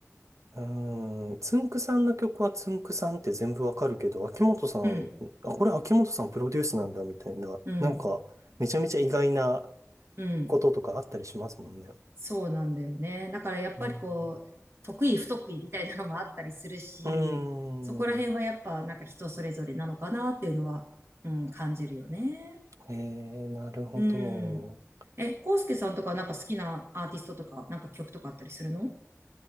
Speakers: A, on the right; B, on the right.
A: うん、つんくさんの曲はつんくさんって全部わかるけど、秋元さん、
B: うん、
A: あ、これ秋元さんプロデュースなんだみたいな、
B: うん。
A: なんか、めちゃめちゃ意外な
B: うん。
A: こととかあったりしますもんね。
B: そうなんだよね。だからやっぱりこう、
A: うん。
B: 得意不得意みたいなのもあったりするし、
A: うーん。
B: そこら辺はやっぱなんか人それぞれなのかなっていうのは、うん、感じるよね。
A: えー、なるほど。
B: うん。え、コウスケさんとかなんか好きなアーティストとか、なんか曲とかあったりするの